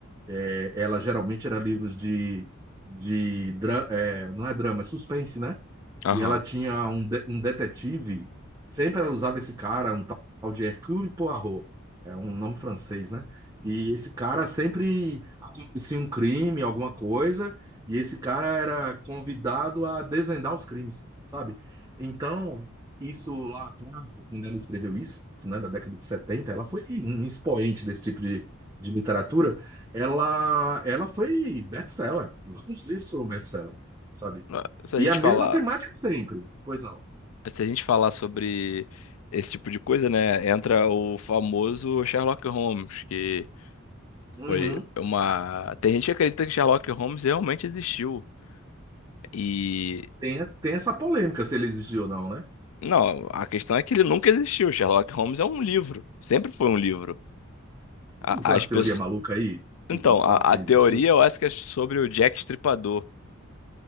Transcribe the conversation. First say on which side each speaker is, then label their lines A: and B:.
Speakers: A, on the right; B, on the left.
A: é, ela geralmente era livros de, de dra- é, não é drama, é suspense, né?
B: Aham.
A: E ela tinha um, de- um detetive, sempre ela usava esse cara, um tal de Hercule Poirot, é um nome francês, né? E esse cara sempre acontecia um crime, alguma coisa, e esse cara era convidado a desvendar os crimes, sabe? Então, isso lá atrás, quando ela escreveu isso, né, da década de setenta ela foi um expoente desse tipo de, de literatura ela, ela foi best-seller. Vários livros foram best-seller, sabe?
B: É, Se
A: E
B: a gente
A: a mesma
B: falar,
A: temática sempre. Pois não.
B: se a gente falar sobre esse tipo de coisa, né, entra o famoso Sherlock Holmes, que
A: Uhum.
B: foi uma... Tem gente que acredita que Sherlock Holmes realmente existiu. E
A: Tem, es- tem essa polêmica se ele existiu ou não, né?
B: não, a questão é que ele nunca existiu. Sherlock Holmes é um livro, sempre foi um livro. A-
A: Não tem umas
B: As
A: teorias
B: pessoas
A: malucas aí que,
B: Então,
A: que fala
B: a, a
A: que ele
B: teoria
A: existiu?
B: eu acho que é sobre o Jack Estripador,